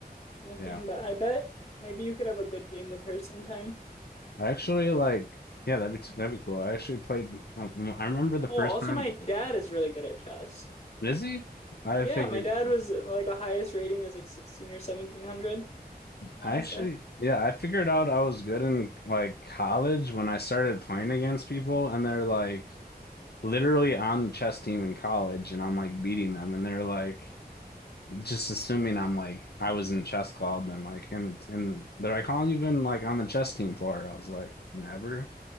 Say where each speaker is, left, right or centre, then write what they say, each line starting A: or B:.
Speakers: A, on the left (about 40°); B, on the left (about 75°).
A: anything.
B: yeah,
A: But I bet maybe you could have a good game with her sometime.
B: I actually like yeah, that'd be t- that'd be cool. I actually played. um, I remember the
A: Oh,
B: first
A: also
B: time.
A: my dad is really good at chess.
B: Is he? I
A: Yeah,
B: figured.
A: my dad was like the highest rating is like 16 or 1700, I want
B: I actually,
A: to say.
B: yeah, I figured out I was good in like college when I started playing against people, and they're like literally on the chess team in college, and I'm like beating them, and they're like. just assuming I'm like I was in chess club and like and and they're like, how long you been like on the chess team for? I was like, never.